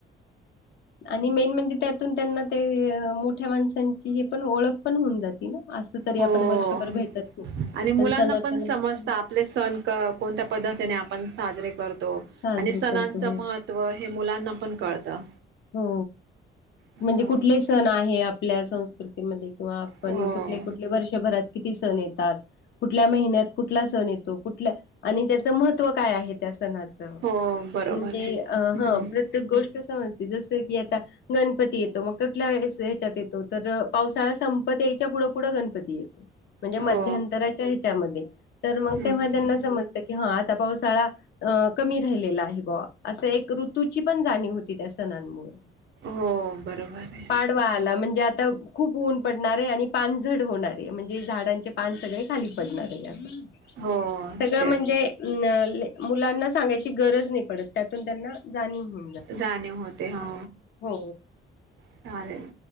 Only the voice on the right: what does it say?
हो
आणि मुलांना
समजत आपले सण कं कोणत्या पद्धतीने आपण साजरे करतो,
आणि सणांचं
मह त्व हे मुलांना पण कळतं.
हो
चालेल
हो
हो बरोबर
आहे
हम्म
हो
हम्म
हो बरोबर आहे.
हो
तेच
जाणीव होते हो.
चालेल.